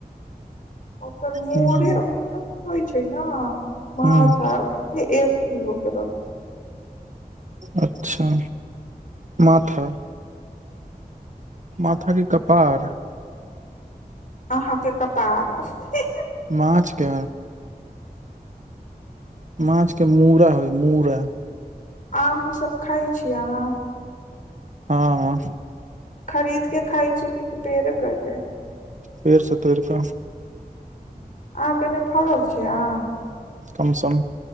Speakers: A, on the left (about 60°); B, on the right (about 50°).
A: ओकर मुरे
B: हूँ
A: होइ छै न माथा
B: हूँ
A: एक किलो के रलै
B: अच्छा माथा माथा कि कपार
A: अहाँके कपार ही ही
B: माछके माछके मूड़ा होई मूड़ा
A: आमसभ खाइ छी अहाँ
B: हँ
A: खरीदके खाइ छी कि पेड़े परके
B: पेड़ स तोइरक
A: आहां कने फरल छै, आम
B: कम सम